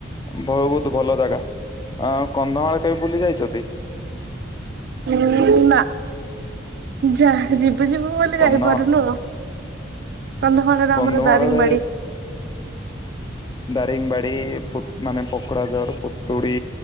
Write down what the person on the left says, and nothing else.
ବହୁତ ଭଲ ଜାଗା ଆଉ କନ୍ଧମାଳ କେବେ ବୁଲି ଯାଇଛନ୍ତି?
କନ୍ଧ
କନ୍ଧମାଳରେ
ଦାରିଙ୍ଗବାଡ଼ି ମାନେ ପକୋଡାଝର ହୁଡି